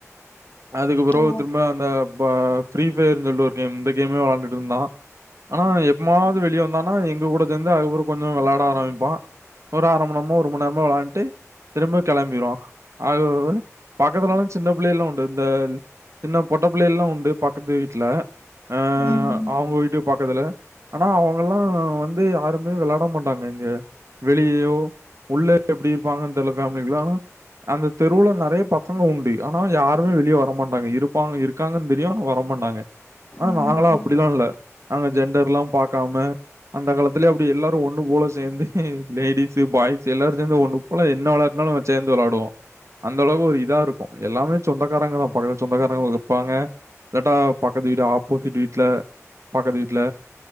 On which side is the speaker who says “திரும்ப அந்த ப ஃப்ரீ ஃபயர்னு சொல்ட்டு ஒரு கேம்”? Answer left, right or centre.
Right